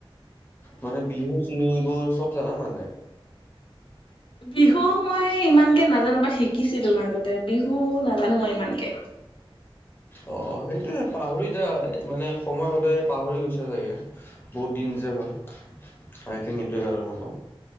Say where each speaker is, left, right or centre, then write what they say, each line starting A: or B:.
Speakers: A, on the left; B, on the left.
A: মানে বিহু চিহু এইবোৰ, চব জানা মানে!
B: বিহু মই ইমানকে নাজানো। বাট, শিকিছিলো মাজতে। বিহু নাজানো মই ইমানকে।
A: অ' সেইটোয়ে পাহৰি যায়, মানে সময় হ'লে পাহৰি গৈছা চাগে। বহুত দিন যে হ'ল, আই থিংক এইটোৱে কাৰন হ'ব।